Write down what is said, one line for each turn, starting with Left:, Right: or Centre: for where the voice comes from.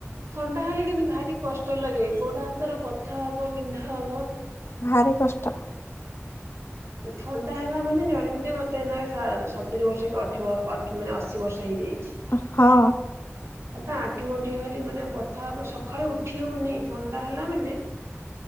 Right: ଥଣ୍ଡା ହେଲେ କିନ୍ତୁ ଭାରି କଷ୍ଟ ଲାଗେ ଗୋଡ଼ ହାତର ବଥା ହେବ ବିନ୍ଧା ହେବ।
Left: ଭାରି କଷ୍ଟ।
Right: ଥଣ୍ଡା ହେଲା ମାନେ ଜାଣିବୁ ଯେ ମୋତେ ନା ସତୁରି ବର୍ଷ କି ଅଠେଇ ମାନେ ଅଶୀ ବର୍ଷ ହେଇଯାଇଛି।
Left: ଅ ହଁ
Right: ଖାଲି ତା ଆଣ୍ଠୁ ଗଣ୍ଠି ଖାଲି ମାନେ ବଥା ହବ ସଖାଳୁ ଉଠି ହଉନି ଥଣ୍ଡା ହେଲା ମାନେ